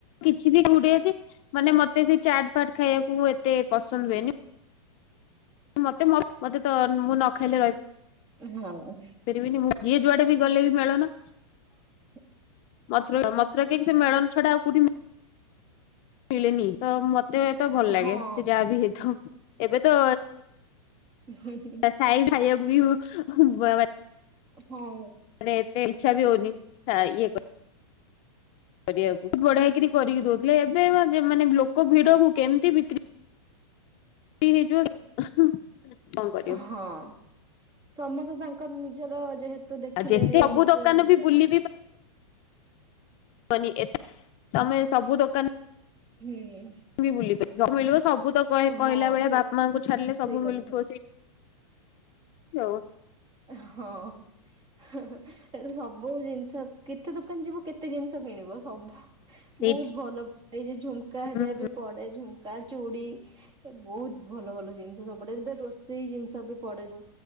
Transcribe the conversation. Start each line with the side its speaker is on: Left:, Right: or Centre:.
Left: କିଛି ବି <unintelligible> ଅଛି ମାନେ ମତେ ସେ ଚାଟ୍ ଫାଟ୍ ଖାଇବାକୁ ଏତେ ପସନ୍ଦ ହୁଏନି। ମତେ ମୋ ମତେ ତ ମୁଁ ନ ଖାଇଲେ ରହିବ -ପାରିବିନି
Right: ହଁ
Left: ମୁଁ ଯିଏ ଯୁଆଡେ ବି ଗଲେ ବି ମେଳନ
Right: <inaudible>
Left: ମଥୁରା ମଥୁରା କେକ୍ ସେ ମେଳନ ଛଡା ଆଉ କୋଉଠି -ମିଳେନି ତ ମତେ ତ ଭଲ ଲାଗେ।
Right: ହଁ
Left: ସେ ଯାହା ବି ହେଇଥାଉ। ଏବେ ତ
Right: ହୁଁ।
Left: ତ ସାଈ ଖାଇବାକୁ ବି <unintelligible>
Right: ହଁ।
Left: ମାନେ ଏତେ ଇଚ୍ଛା ବି ହଉନି। ଖା ଇଏ <unintelligible> କରିବାକୁ ବଢିଆକିରି କରିକି ଦଉଥିଲେ। ଏବେ ମାନେ ଲୋକ ଭିଡକୁ କେମିତି ବିକ୍ରି <unintelligible> କଣ କରିବ
Right: ହଁ, ସମସ୍ତେ ତାଙ୍କର ନିଜର ଯେହେତୁ ତ ଦେଖିଲେଣି
Left: ଆଉ ଯେତେ ସବୁ
Right: ନିଜର
Left: ଦୋକାନ
Right: ଇଏଟା
Left: ବି ବୁଲି
Right: ନା।
Left: ବନିଏ <unintelligible> ତମେ ସବୁ ଦୋକାନ
Right: ହୁଁ।
Left: ବି ବୁଲି <unintelligible> ସବୁ ମିଳିବ ସବୁ ତ କହିଲା
Right: ହଁ
Left: ଭଳିଆ
Right: ଯ
Left: ବାପା ମାଙ୍କୁ ଛାଡିଲେ
Right: ସେଇ
Left: ସବୁ
Right: କଥା
Left: ମିଳୁଥିବ ସେଇ ହଉ।
Right: ହଁ। <inaudible> ସବୁ ଜିନିଷ କେତେ ଦୋକାନ ଯିବ କେତେ ଜିନିଷ କିଣିବ ସବୁ
Left: ସେଇଠି
Right: ବହୁତ ଭଲ <unintelligible> ଝୁମୁକା ହରିକା
Left: ହୁଁ।
Right: ବି ପଡେ ଝୁମ୍ ଝୁମୁକା ଚୁଡି ଏ ବହୁତ ଭଲ ଭଲ ଜିନିଷ ସବୁ ପଡେ। ଦ ରୋଷେଇ ଜିନିଷ ବି ପଡେ ଯୋଉ